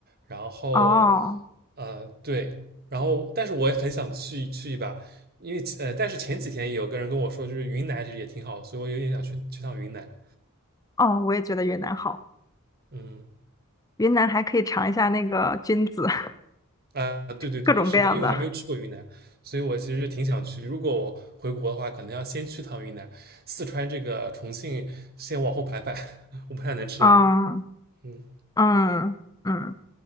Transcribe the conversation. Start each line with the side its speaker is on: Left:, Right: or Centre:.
Right: 然后，
Left: 哦
Right: 呃，对，然后但是我也很想去去一把，因为呃，但是前几天有个人跟我说，就是云南其实也挺好的所以我有点想去去趟云南，
Left: 哦，我也觉得云南好，
Right: 嗯。
Left: 云南还可以尝一下那个菌子，<laughs>
Right: 啊，对对对对，
Left: 各种各样的。
Right: 是的，因为我还没有去过云南，所以我其实挺想去。如果我回国的话，可能要先去趟云南、四川这个重庆，先往后排排。<laughs> 我不太能吃辣。
Left: 嗯
Right: 嗯
Left: 嗯嗯，